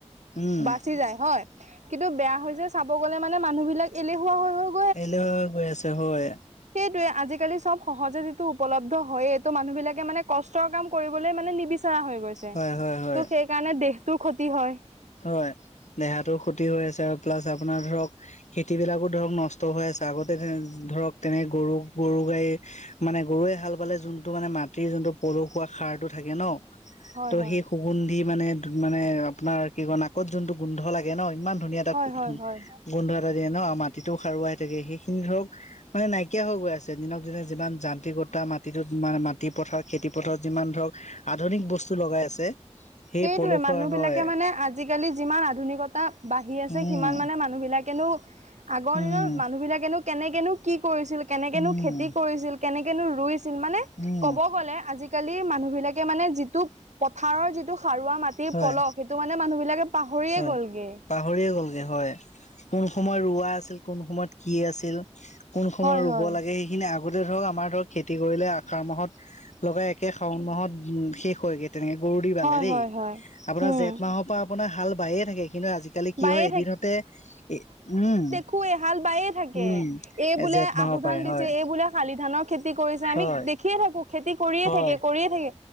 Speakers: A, on the left; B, on the right.
A: উম
B: বাচি যায় হয়, কিন্তু বেয়া হয় যে চাব গ'লে মানে মানুহ বিলাক এলেহুৱা হৈ-হৈ
A: হেল্ল গৈ আছে হয়
B: সেইটোয়ে, আজিকালি চব সহজে যিটো উপলব্ধ হয়ে ত' মানুহ বিলাকে মানে কষ্টৰ কাম কৰিবলৈ মানে নিবিচ চৰা হৈ গৈছে ত'
A: হয় হয় হয়
B: সেইকাৰণে দেহটোৰ ক্ষতি হয়
A: হয় দেহাটো ক্ষতি হৈ আছে আৰু প্লাছ আপোনাৰ ধৰক খেতিবিলাকো ধৰক নষ্ট হৈ আছে আগতে ধৰক তেনে গৰু, গৰু গাড়ী মানে গৰুৱে হাল বালে যোনটো মানে মাটিৰ যোনটো পলসুৱা সাৰটো থাকে ন'
B: হয়
A: ত'
B: হয়
A: সেই সুগুন্ধি মানে-ধু মানে আপোনাৰ কি কয় নাকত যোনটো গোন্ধ লাগে ন ইমান ধুনীয়া এটা
B: হয় হয় হয়
A: গোন্ধ এটা দিয়ে ন' মাটিটো সাৰুৱা হৈ থাকে সেইখিনি ধৰক মানে নাইকিয়া হৈ গৈ আছে দিনক দিনে যিমান যান্ত্ৰিকতা মাটিটো মা-মাটি পথাৰত খেতি পথাৰত যিমান ধৰক আধুনিক বস্তু লগাই আছে সেই
B: সেইটোয়ে
A: পলসুৱা
B: মানুহ বিলাকে
A: হয়
B: মানে আজি আজিকালি যিমান আধুনিকতা বাঢ়ি আছে,
A: উম
B: সিমান মানে মানুহবিলাকেনো আগৰ
A: উম,
B: দিনত মানুহ বিলাকেনো কেনেকেনো কি কৰিছিল কেনেকেনো
A: উম,
B: খেতি কৰিছিল কেনেকেনো ৰুইছিল মানে
A: উম,
B: ক'ব গ'লে আজি কালি মানুহ বিলাকে মানে যিটো পথাৰৰ যিটো সাৰুৱা মাটিৰ
A: হয়,
B: পলহ সেইটো মানে মানুহ বিলাকে পাহৰিয়ে
A: হয়।
B: গ'লগে
A: পাহৰিয়ে গ'লগে হয় কোন সময়ত ৰোৱা আছিল কোন সময়ত কি আছিল, কোন সময়
B: হয়
A: ৰুব
B: হয়
A: লাগে সেইখিনি আগ আগতে ধৰক আমাৰ ধৰক খেতি কৰিলে আহাৰ মাহত লগাই একে শাওন মাহত উ শেষ হৈ গে। তেনেকে গৰু দি বালে
B: হয়
A: দেই
B: হয় হয়।
A: আপোনাৰ
B: উম।
A: জেঠ মাহৰ পৰা আপোনাৰ হাল বায়ে থাকে কিন্তু আজিকালি কালি কি
B: বায়ে
A: হয় এদিনতে এ উম,
B: কোঁ এহাল বায়ে থাকে
A: উম,
B: এই বোলে
A: জেঠ মাহৰ
B: আহুধান
A: পৰাই
B: দিছে
A: হয়,
B: এই বোলে শালি ধানৰ খেতি কৰিছে
A: হয়,
B: আমি দেখিয়ে থাকো খেতি কৰিয়ে
A: হয়,
B: থাকে কৰিয়ে থাকে